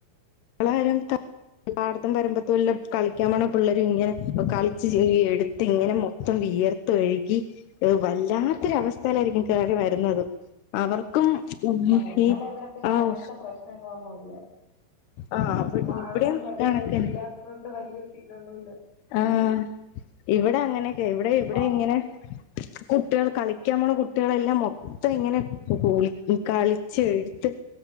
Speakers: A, on the left; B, on the left.
A: <unintelligible> പാടത്തും വരുമ്പത്തുല്ല കളിക്കാൻ പോണ പിള്ളേര്ങ്ങനെ ഓ കളിച്ച് ചെയ്യെടുത്ത് ഇങ്ങനെ മൊത്തം വിയർ ത്തൊയ്കി ഒര് വല്ലാത്തൊരവസ്ഥയിലായ്ര്ക്കും കേറി വരുന്നത് അവർക്കും
B: ആഹ്
A: ഈ
B: ഞങ്ങടെവ്ടെ പിന്നെ
A: ആഹ്
B: അങ്ങനത്തെ പ്രശ്നങ്ങളൊന്നുംല്ല
A: ആഹ്
B: പാടോം
A: ഇവിടെയും
B: വരമ്പോന്നും
A: കണക്കന്നെ
B: ഇല്ലാത്തത്കൊണ്ട് വല്ല്യ സീനൊന്നുല്ല
A: ആഹ് ഇവിടാ അങ്ങനെയൊക്കെ ഇവിടെ
B: എല്ലാവർക്കും
A: ഇവിടെ ഇങ്ങനെ
B: ഇപ്പൊ
A: കുട്ടികൾ കളിക്കാൻ പോണ കുട്ട് ട്ടികളെല്ലാം മൊത്തം ഇങ്ങനെ കുളി കളിച്ച് എഴ്‌ത്ത്